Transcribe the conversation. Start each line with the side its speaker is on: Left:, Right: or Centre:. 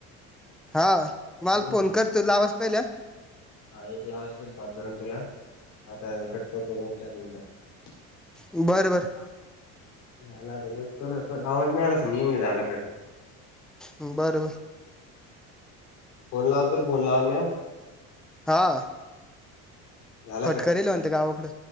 Centre: हा
Left: ऐसे
Centre: मला
Left: नाही
Centre: फोन करतो लावास पहिल्या
Left: हा एक ला आवाज पल कॉल करून तुला आता म दोन चार मिनटात
Centre: बरं बरं
Left: झाला त गेट कल कट आवाज नाही आला समजून घे झाला कट
Centre: बरं बर
Left: फोन लावतो फोन लावल्यावर
Centre: हा
Left: झाला
Centre: फटकेल
Left: कट
Centre: म्हणते गावाकडें